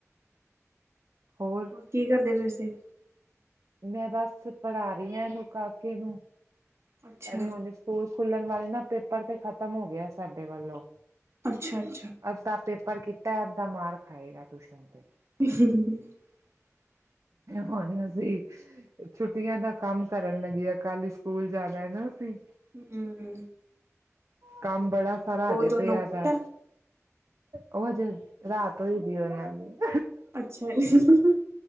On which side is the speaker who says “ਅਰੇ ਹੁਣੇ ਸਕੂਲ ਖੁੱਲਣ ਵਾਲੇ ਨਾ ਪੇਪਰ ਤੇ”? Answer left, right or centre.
Right